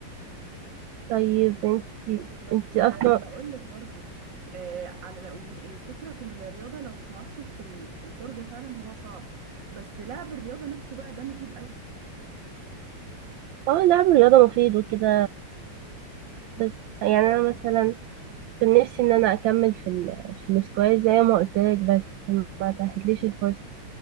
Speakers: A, on the right (about 75°); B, on the right (about 55°).
A: طيب انتي
B: بس
A: انتي
B: آه،
A: اصلا
B: هقولك برضو آه، على لو يعني الفكرة في الرياضة لو تعصب في ال- في الفرجة فعلا هو صعب بس لعب الرياضة نفسه بقى ده مفيد قوي
A: اه لعب الرياضه مفيد وكده بس يعني انا مثلا كان نفسي ان انا اكمل في ال... في السكواش زي ما قلت لك بس ما اتاحتليش الفرصه